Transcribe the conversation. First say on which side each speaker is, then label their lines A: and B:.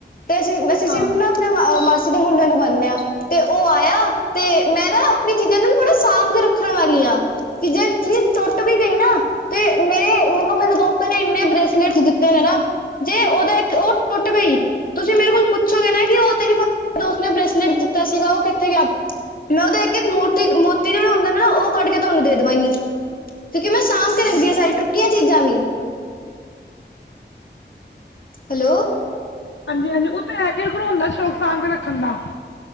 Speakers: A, on the left; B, on the left.
A: ਤੇ ਅਸੀਂ ਅਸੀ ਸਿਰਫ
B: ਹਾਂ
A: ਨ ਤੇ ਓਹ ਮਾਸੀ ਦੇ ਮੁੰਡੇ ਨੂੰ ਬੰਨਿਆ। ਤੇ ਉਹ ਆਇਆ, ਤੇ ਮੈਂ ਨਾ ਆਪਣੀ ਚੀਜ਼ਾਂ ਨੂੰ ਥੋੜਾ ਸਾਂਭ ਕੇ ਰੱਖਣ ਵਾਲੀ ਆਾਂ। ਕਿ ਜੇ ਚੀਜ਼ ਟੁੱਟ ਵੀ ਗਈ ਨਾ, ਤੇ ਮੇਰੇ ਮੈਨੂੰ ਮੇਰੇ ਦੋਸਤਾਂ ਨੇ ਏਨੇ ਬ੍ਰੇਸਲੇਟ ਦਿਤੇ ਨੇ ਨਾ, ਜੇ ਉਹਦੇ ਇੱਕ ਉਹ ਟੁੱਟ ਗਈ। ਤੁਸੀਂ ਮੇਰੇ ਕੋਲ ਪੁੱਛੋਗੇ ਨਾ ਕਿ ਉਹ ਤੇਰੇ ਦੋਸਤ ਨੇ ਬ੍ਰੇਸਲੇਟ ਦਿੱਤਾ ਸੀਗਾ ਉਹ ਕਿੱਥੇ ਗਿਆ। ਮੈਂ ਉਹਦਾ ਇੱਕ ਇੱਕ ਮੋਤੀ ਮੋਤੀ ਜਿਹੜਾ ਹੁੰਦਾ ਨਾ ਉਹ ਕੱਢ ਕੇ ਤੁਹਾਨੂੰ ਦੇ ਦੇਵਾਂਗੀ। ਕਿਉਂਕਿ ਮੈਂ ਸਾਂਭ ਕੇ ਰੱਖਦੀ ਆਂ ਸਾਰੀ ਟੁੱਟੀਆਂ ਚੀਜ਼ਾਂ ਵੀ। ਹੈਲੋ,
B: ਹਾਂਜੀ ਹਾਂਜੀ ਉਹ ਤੇ ਹੈ ਕੇ ਬਣਾਉਣ ਦਾ ਸ਼ੋਕ ਸਾਂਭ ਕੇ ਰੱਖਣ ਦਾ